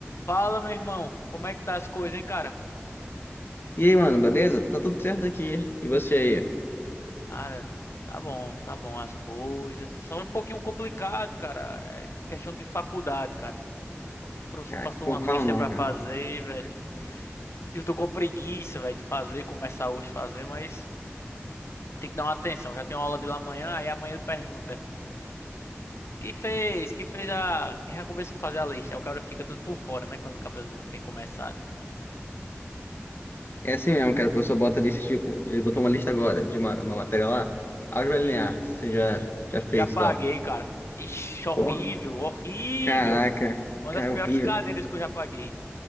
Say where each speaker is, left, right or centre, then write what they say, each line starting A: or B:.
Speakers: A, on the left; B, on the left.
A: Fala, meu irmão. Como é que tá as coisas, hein, cara?
B: E aí, mano, beleza? Tá tudo certo aqui. E você aí?
A: Cara, tá bom, tá bom as coisas. Só um pouquinho complicado, cara. É questão de faculdade, cara. O professor
B: Ah,
A: passou
B: não
A: uma
B: fala
A: lista
B: não,
A: pra
B: cara.
A: fazer, velho. Eu tô com preguiça, velho, de fazer, começar hoje a fazer, mas tem que dar uma atenção. Já tem uma aula de lá amanhã, aí amanhã ele pergunta: Quem fez? Quem fez a. Quem já começou a fazer a lista? Aí o cara fica tudo por fora, né? Quando o cabelo não tem começado.
B: É assim mesmo, cara. O professor bota lista, tipo, ele botou uma lista agora de uma, uma matéria lá. Álgebra linear, que você já, já fez
A: Já paguei,
B: e tal.
A: cara. Ixi, horrível,
B: Porra,
A: horrível.
B: caraca,
A: Uma
B: cara,
A: das piores
B: horrível.
A: cadeiras que eu já paguei.